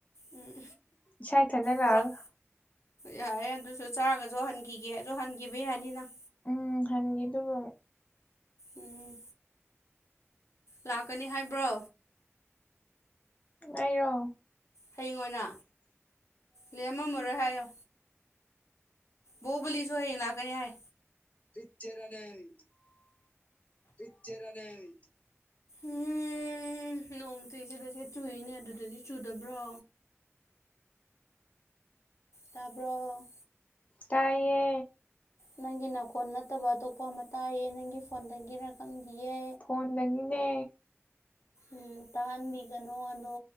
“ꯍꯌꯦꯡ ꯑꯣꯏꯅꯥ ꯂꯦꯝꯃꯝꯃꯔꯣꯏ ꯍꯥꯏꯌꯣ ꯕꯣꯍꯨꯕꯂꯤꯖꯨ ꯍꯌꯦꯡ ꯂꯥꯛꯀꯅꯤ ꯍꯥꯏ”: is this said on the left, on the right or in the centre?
Left